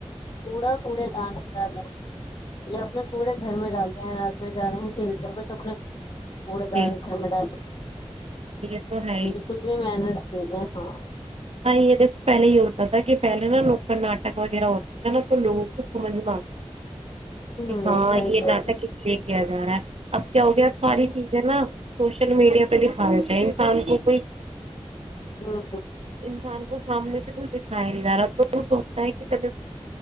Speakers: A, on the left; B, on the right.
A: کوڑا کوڑے دان ڈالیں اپنے کوپڑے گھر میں ڈالے ہیں رات میں جا رہے ہیں جھیلتے ہوئے تو اپنے اڑد
B: جی
A: چمڈ <unintelligible>
B: یہ تو ہے ہی
A: بالکل بھی محنت س ہاں
B: ب یہ دیکھو پہلے یہ ہوتا تھا کہ پہلے نا لوکل ناٹک وغیرہ ہوتے تھے نا تو لوگوں کو سمجھ میں آ
A: ہمم
B: ہاں
A: صحیح
B: یہ
A: کہہ
B: نہ
A: رہی
B: تھاک اس لیے کہ دارا اب کیا ہو گیا اب ساری چیزیں نا سوشل میڈیا پہ دکھا دیتا ہیں انسان کو کوئی
A: ہاں
B: انسان کو سامنے سے کچھ دکھایا نہیں جا رہا تو وہ سوچتا ہے کہ چلو